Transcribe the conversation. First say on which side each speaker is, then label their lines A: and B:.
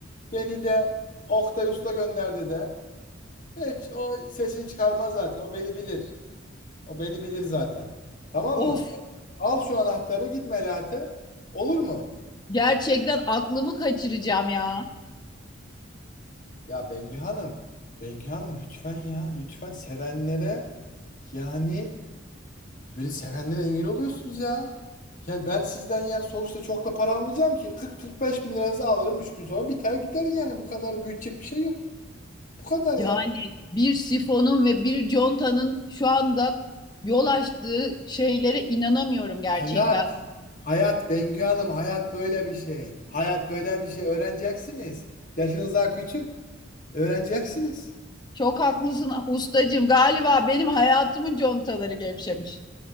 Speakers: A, on the left; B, on the left.
A: beni de Oktay Usta gönderdi de. Hiç o sesini çıkarmaz zaten. O beni bilir. O beni bilir zaten. Tamam
B: Of
A: mı? Al şu anahtarı git Melahat'e. Olur mu?
B: gerçekten aklımı kaçıracağım ya.
A: Ya Bengü Hanım. Bengü Hanım lütfen ya. Lütfen sevenlere yani böyle sevenlere engel oluyorsunuz ya. Yani ben sizden yani sonuçta çok da para almayacağım ki. 40-45 bin liranızı alırım 3 gün sonra biter gider yani. Bu kadar büyütecek bir şey yok. Bu kadar
B: Yani
A: ya.
B: bir sifonun ve bir contanın şu anda yol açtığı şeylere inanamıyorum gerçekten.
A: Hayır. Hayat Bengü Hanım, hayat böyle bir şey. Hayat böyle bir şey. Öğreneceksiniz. Yaşınız daha küçük. Öğreneceksiniz.
B: Çok haklısın ustacığım. Galiba benim hayatımın contaları gevşemiş.